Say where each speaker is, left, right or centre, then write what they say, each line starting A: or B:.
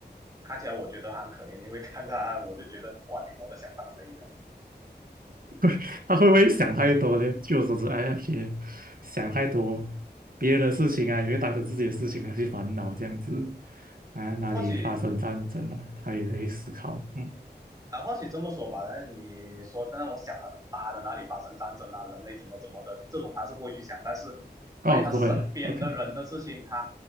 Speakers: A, on the right (about 20°); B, on the right (about 55°).
A: 看起来我觉得他很可怜，因为看着他，我就觉得哇，你活得相当累啊。
B: <laughs> 他会不会想太多呢？据我所知，INFJ 想太多，别人的事情啊，也会当成自己的事情啊去烦恼这样子啊，哪里发生战争了，
A: 或许
B: 他也会思考。嗯，
A: 啊，或许这么说吧，那你说那种想很大的哪里发生战争啊，人类怎么怎么的这种他是不会去想，但是对于他身边的人的事情，
B: 哦，不会啊，OK，
A: 他